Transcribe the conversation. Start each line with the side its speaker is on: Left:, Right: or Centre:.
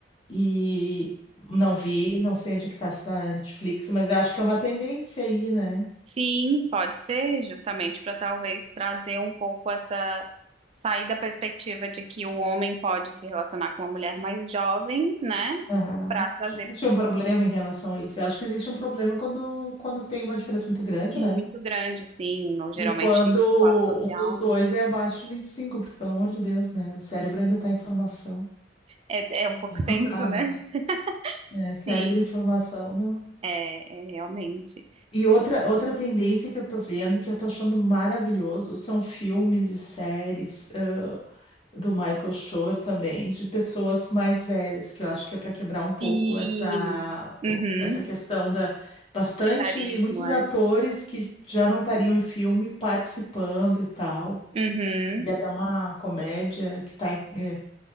Left: E não vi, não sei onde é que tá se tá na Netflix, mas eu acho que é uma tendência aí, né?
Right: Sim, pode ser, justamente para talvez trazer um pouco essa sair da perspectiva de que o homem pode se relacionar com uma mulher mais jovem, né?
Left: Aham.
Right: Para trazer
Left: Que existe um problema em relação a isso. Eu acho que existe um problema quando, quando tem uma diferença muito grande,
Right: muito
Left: né?
Right: grande, assim, ou geralmente
Left: E quando
Right: classe social,
Left: um dos
Right: né?
Left: dois é abaixo de 25 porque, pelo amor de Deus, né? O cérebro ainda tá em formação.
Right: É, é um pouco
Left: Aí Não
Right: tenso,
Left: dá,
Right: né?
Left: né?
Right: <laughs>
Left: É, cérebro
Right: Sim,
Left: em formação, não.
Right: é, é realmente.
Left: E outra, outra tendência que eu tô vendo, que eu tô achando maravilhoso, são filmes e séries, ãh, do Michael Schur também, de pessoas mais velhas, que eu acho que é para quebrar um
Right: Sim.
Left: pouco essa,
Right: Uhum.
Left: o- essa questão da bastante,
Right: Autoritarismo,
Left: muitos
Right: é.
Left: atores que já não estariam em filme participando e tal.
Right: Uhum.
Left: E até uma comédia que tá em, eh,